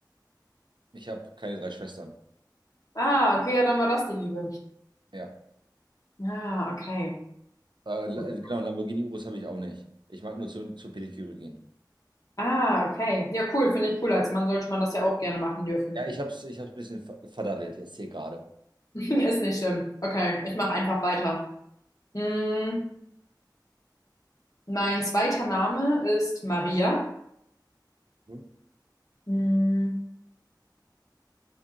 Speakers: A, on the right; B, on the left.
A: Ich habe keine drei Schwestern.
B: Ah, okay, ja, dann war das die Lüge.
A: Ja.
B: Ah, okay.
A: Äh, La-
B: Gut.
A: genau, Lamborghini-Urus habe ich auch nicht. Ich mag nur zu, zur Pediküre gehen.
B: Ah, okay. Ja, cool, finde ich cool. Als Mann sollte man das ja auch gerne machen dürfen.
A: Ja, ich habe es ich hab's ein bisschen ver- verdaddelt jetzt hier gerade.
B: <laughs> Ist nicht schlimm. Okay, ich mache einfach weiter. Hm, mein zweiter Name ist Maria.
A: Mhm.
B: Hm,